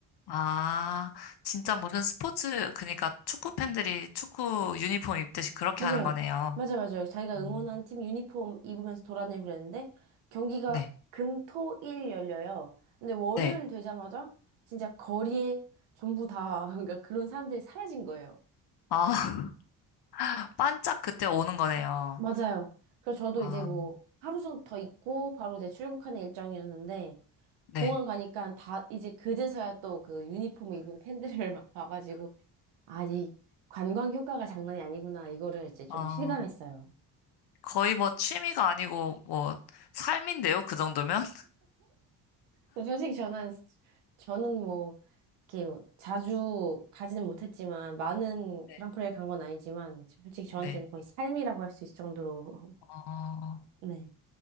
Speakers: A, on the left (about 60°); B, on the right (about 80°).
A: 아, 진짜 무슨 스포츠, 그러니까 축구 팬들이 축구 유니폼 입듯이 그렇게
B: 맞아요.
A: 하는 거네요.
B: 맞아, 맞아요. 자기가
A: 음,
B: 응원하는 팀 유니폼 입으면서 돌아다니고 그랬는데 경기가
A: 네.
B: 금, 토, 일 열려요. 근데 월요일
A: 네.
B: 되자마자 진짜 거리에 전부 다 <laughs> 그러니까 그런 사람들이 사라진 거예요.
A: 아, <laughs> 반짝 그때 오는 거네요.
B: 맞아요. 그래서 저도
A: 아,
B: 이제 뭐 하루 정도 더 있고 바로 이제 출국하는 일정이었는데
A: 네.
B: 공항 가니까 다 이제 그제서야 또 그 유니폼 입은 팬들을 <laughs> 막 봐가지고 아, 이 관광 효과가 장난이 아니구나 이거를 이제 좀
A: 어,
B: 실감했어요.
A: 거의 뭐 취미가 아니고 뭐 삶인데요, 그 정도면? <laughs>
B: 근데 솔직히 저는 저는 뭐 이렇게 뭐 자주 가지는 못했지만 많은
A: 네.
B: 그랑프리를 간 건 아니지만 솔직히 저한테는
A: 네.
B: 거의 삶이라고 할 수 있을 정도로
A: 어,
B: <laughs> 네.